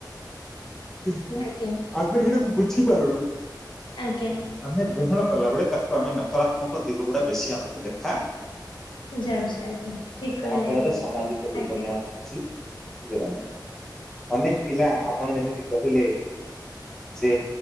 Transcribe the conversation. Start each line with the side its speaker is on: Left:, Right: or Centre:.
Centre: କିନ୍ତୁ
Left: ଆଜ୍ଞା
Centre: ଆମେ ହେଡ଼ାକୁ ବୁଝିପାରୁନୁ।
Left: ଆଜ୍ଞା।
Centre: ଆମେ ଗ୍ରହଣ କଲା ବେଳେ ତାକୁ ଆମେ ନକରାତ୍ମକ ଦିଗଗୁଡ଼ା ବେଶୀ ଆମକୁ ଦେଖା
Left: ଯାଉଛି ଆଜ୍ଞା ଠିକ କହିଲେ
Centre: ଫଳରେ
Left: ଆଜ୍ଞା
Centre: ସାମାଜିକ ଦୁର୍ଘଟଣା
Left: ଆଜ୍ଞା।
Centre: <unintelligible> ଅନେକ ପିଲା ଆପଣ ଯେମିତି କହିଲେ, ଯେ